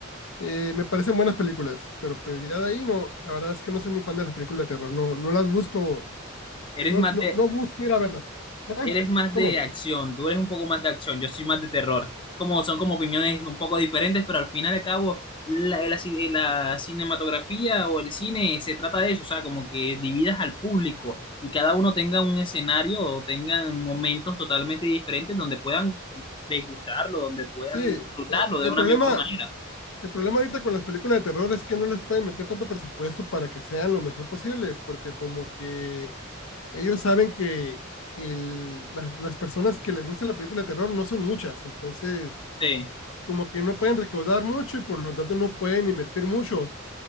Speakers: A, on the left; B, on the left.
A: Eh, me parecen buenas películas, pero pues ya de ahí no, la verdad es que no soy muy fan de las películas de terror, no, no las busco,
B: eres
A: no,
B: más
A: no,
B: de,
A: no busco ir a verlas. ¿Eh?
B: eres más
A: ¿Cómo?
B: de acción, tú eres un poco más de acción, yo soy más de terror. Como, son como opiniones un poco diferentes, pero al final y al cabo la, la ci- la cinematografía o el cine se trata de eso, o sea, como que dividas al público y cada uno tenga un escenario o tengan momentos totalmente diferentes donde puedan degustarlo, donde puedan
A: Sí,
B: disfrutarlo
A: eh,
B: de
A: el
B: una
A: problema,
B: mejor manera.
A: el problema ahorita con las películas de terror es que no les pueden meter tanto presupuesto para que sean lo mejor posible, porque como que ellos saben que el- las, las personas que les gusta la película de terror no son muchas, entonces
B: Sí.
A: como que no pueden recaudar mucho y por lo tanto no pueden invertir mucho